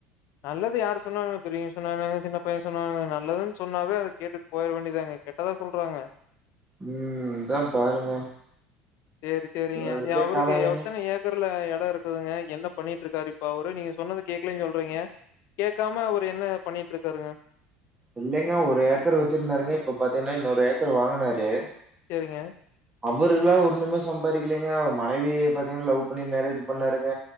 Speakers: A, on the left (about 60°); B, on the right (about 20°).
A: நல்லது யாரு சொன்னாங்க பெரியங்க சொன்னாங்கன்னாங்க சின்ன பைய சொன்னாங்க நல்லதுன்னு சொன்னாவே அத கேட்டு போயிட வேண்டியதாங்க கெட்டதா சொல்றாங்க
B: ம் இதா பாருங்க
A: சேரி சேரிங்க
B: அதுக்கே
A: அவருக்கு
B: காலோ இல்லைங்க
A: எத்தன ஏக் ஏக்கர்ல இட இருக்குதுங்க என்ன பண்ணிட்டு இருக்காரு இப்ப அவரு நீங்க சொன்னத கேக்கலன்னு சொல்றீங்க கேட்காம அவரு என்ன பண்ணிட்டு இருக்காருங்க
B: இல்லைங்கா ஒரு ஏக்கர் வச்சிருந்தாலூமே இப்ப பாத்தீங்கன்னா இன்னொரு ஏக்கர் வாங்குனாரு
A: சேரிங்க
B: அவுருல்லா ஒண்ணுமே சம்பாதிக்கரிக்கலங்க அவரு மனைவிய பாத்தீங்கன்னா லவ் பண்ணி மேரேஜ் பண்ணாருங்க